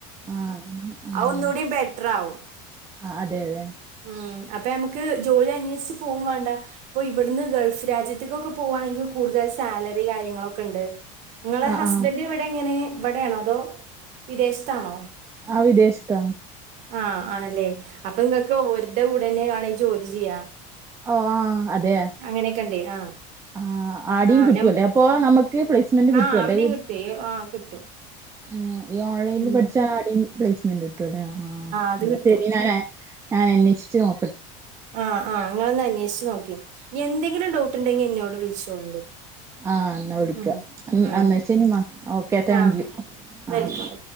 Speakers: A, on the right; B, on the right.
A: ആഹ് ആഹ്
B: അത് ഒന്നുകൂടി ബെറ്റർ ആവും
A: ആഹ് അതെ അതെ
B: ഉം അപ്പൊ നമുക്ക് ജോലി അന്വേഷിച്ച് പോകും വേണ്ട ഇപ്പൊ ഇവിടുന്ന് ഗൾഫ് രാജ്യത്തേക്കൊക്കെ പോവുവാണെങ്കി കൂടുതൽ സാലറി കാര്യങ്ങളൊക്കെ ഉണ്ട് നിങ്ങളെ
A: ആഹ്
B: ഹസ്ബൻഡ്
A: ആഹ്
B: ഇവിടെ എങ്ങനെ ഇവിടെയാണോ അതോ വിദേശത്താണോ
A: ആഹ് വിദേശത്താണ്
B: ആഹ് ആണല്ലേ അപ്പൊ നിങ്ങ ഓര്ന്റെ കൂടന്നെ വാണെങ്കിൽ ജോലി ചെയ്യാ
A: ഓഹ് ആഹ് അതെയാ
B: അങ്ങനെയൊക്കെണ്ടേ ആഹ്
A: ആഹ് ആടിയും
B: ആഹ്
A: കിട്ടുവല്ലേ
B: നം
A: അപ്പൊ നമുക്ക് പ്ലേസ്മെന്റ് കിട്ടുവല്ലേ
B: ആഹ് അവിടെയും കിട്ടുവേ ആഹ് കിട്ടും
A: <unintelligible> ഈ ഓൺലൈനിൽ
B: ഉം
A: പഠിച്ച ആടിം പ്ലേസ്മെന്റ് ഉണ്ട് ആഹ്
B: അത്
A: എന്ന
B: കിട്ടും
A: ശരി ഞനെ ഞാൻ അന്വേഷിച്ചു നോക്ക
B: ആഹ് ആഹ് നിങ്ങളൊന്ന് അന്വേഷിച്ച് നോക്കി എന്തെങ്കിലും ഡൗട്ട് ഉണ്ടെങ്കിൽ എന്നോട് വിളിച്ചോണ്ടു
A: ആഹ് എന്നാ വിളിക്കാ
B: ഉം ഉം
A: എന്നാ ശനിമ ഓക്കെ താങ്ക്
B: ആഹ്
A: യു
B: വെൽക്കം
A: ആഹ്